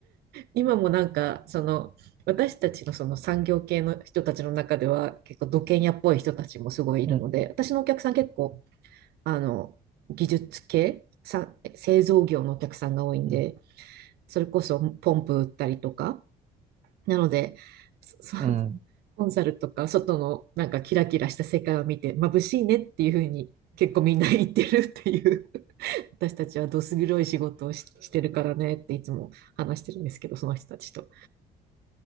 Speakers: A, on the right; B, on the right.
A: 今もなんか、その、私たちのその産業系の人たちの中では、結構土建屋っぽい人たちもすごいいるので、
B: うん
A: 私のお客さん結構、あの、技術系、さ、製造業のお客さんが多いんで、
B: うん。
A: それこそポンプ売ったりとか、なので、そ <laughs> そ
B: うん。うん
A: コンサルとか、外のなんかキラキラした世界を見て、眩しいねっていうふうに結構みんな言ってるっていう、<laughs> 私たちはどす黒い仕事をし、してるからねっていつも話してるんですけど、その人たちと。